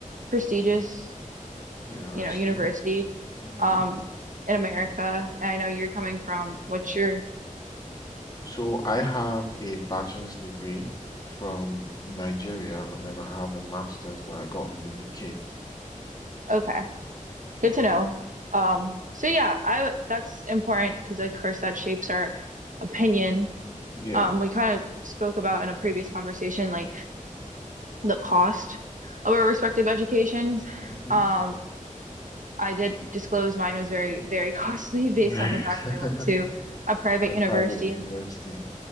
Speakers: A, on the right; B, on the left.
A: prestigious
B: University.
A: you know, university
B: hmm
A: um in America. And I know you're coming from what's your
B: So I have a bachelor's degree from Nigeria, and then I have a master's that I got in the UK.
A: okay,
B: Mhm.
A: good to know. Um so yeah, I w- that's important because of course that shapes our opinion.
B: Yeah,
A: Um we kind of spoke about in a previous conversation like the cost of our respective educations.
B: hmm
A: Um I did disclose mine was very, very <laughs> costly based
B: Right.
A: on the fact that I went
B: <laughs>
A: to a private
B: A
A: university
B: private university.
A: and